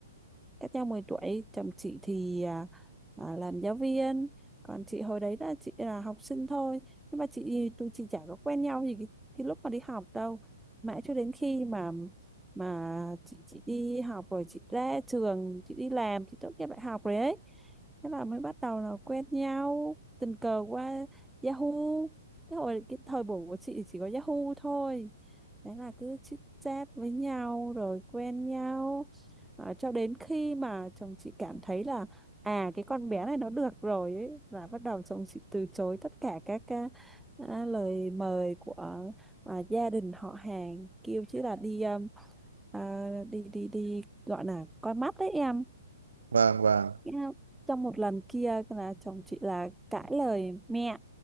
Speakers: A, in the centre; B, on the right.
A: cách nhau mười tuổi chồng chị thì à, à, làm giáo viên còn chị hồi đấy là chị là học sinh thôi nhưng mà chị tụi chị chả có quen nhau gì cái, cái lúc mà đi học đâu mãi cho đến khi mà mà chị chị đi học rồi chị ra trường chị đi làm chị tốt nghiệp đại học rồi ấy thế là mới bắt đầu là quen nhau tình cờ qua Yahoo cái hồi cái thời buổi của chị thì chỉ có Yahoo thôi đấy là cứ chit chat với nhau rồi quen nhau đó, cho đến khi mà chồng chị cảm thấy là à cái con bé này nó được rồi ấy là bắt đầu chồng chị từ chối tất cả các cái, à, lời mời của à, gia đình họ hàng kêu chứ là đi um, à, đi đi đi gọi là coi mắt đấy em
B: <laughs> vâng vâng
A: cái- Trong một lần kia là chồng chị là cãi lời mẹ.